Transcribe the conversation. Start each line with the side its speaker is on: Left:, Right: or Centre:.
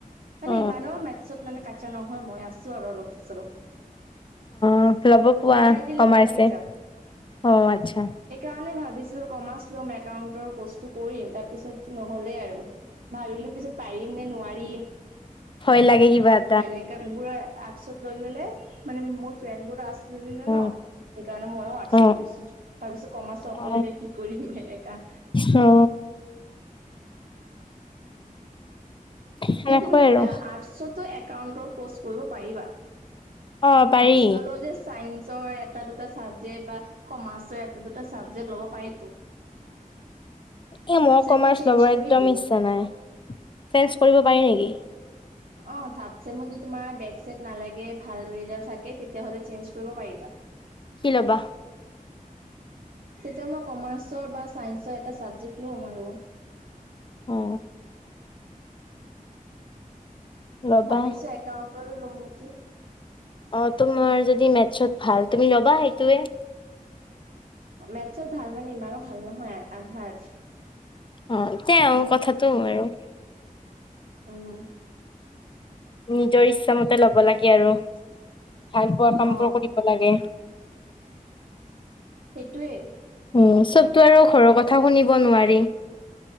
Right: মানে,
Left: অ
Right: ইমানো মেথছত মানে, কাঁচা নহয়। মই আছোঁ আৰু অলপ-চলপ।
Left: অ'! ল'ব পোৱা
Right: দেখাই দিলে
Left: কমাইছে।
Right: পাৰি যাও
Left: অ'! আচ্ছা।
Right: সেইকাৰণে, ভাবিছিলোঁ! কমাৰ্চ লম, একাউণ্টতৰ কোৰ্চটো কৰিম। তাৰপিছত, নহ'লে আৰু। ভাবিলোঁ পিছত, পাৰিম নে নোৱাৰিম!
Left: ভয় লাগে কিমান
Right: মনেকানবোৰ আৰ্ছত লৈ ললে মানে মোৰ ফ্ৰেণ্ড বোৰ আৰ্চ লৈ ললে
Left: অ
Right: ন সেইকাৰণে ময়ো আৰ্টছ
Left: অ
Right: লৈ দিছো ভাবিছো কমাছ অকলে
Left: অ
Right: যাই কি কৰিম এনেকা
Left: অ সেনেকৈ
Right: এ তুমি আৰ্টছটো
Left: আৰু
Right: একাউন্টৰ কৰ্চ কৰিব পাৰিবা
Left: অ পাৰি
Right: আৰ্টছ ললো যে চাইন্সৰ এটা দুটা চাবজেক্ট বা কমাৰ্চৰ এটা দুটা চাবজেক্ট ল'ব পাৰি টো
Left: এ মো
Right: চেমত
Left: কমাৰ্চ
Right: চেঞ্জ
Left: ল'ব একদম
Right: কৰি দিম।
Left: ইচ্ছা নাই চেঞ্জ কৰিব পাৰি নেকি?
Right: অ থাৰড চেমত যদি তোমাৰ বেক চেক নালাগে ভাল ৰিজাল্ট থাকে তেতিয়াহ'লে চেঞ্জ কৰিব পাৰিবা
Left: কি ল'বা?
Right: তেতিয়া মই কমাৰ্চৰ বা চাইন্সৰ এটা চাবজেক্ট লম আৰু
Left: অ ল'বা
Right: ভাবিছো একাউণ্টৰ লওঁ নেকি।
Left: অ তোমাৰ যদি মেথছত ভাল তুমি ল'বা সেইটোয়ে
Right: মেথছৰ ভাল মানে ইমানো ভাল নহয় আধা আধি
Left: অ তেওঁৰ কথাটো আৰু
Right: উম
Left: নিজৰ ইচ্ছা মতে ল'ব লাগে আৰু ভাল পোৱা কাম
Right: অ
Left: বোৰ কৰিব লাগে।
Right: সেইটোৱেই
Left: উম চবতো আৰু ঘৰৰ কথা শুনিব নোৱাৰি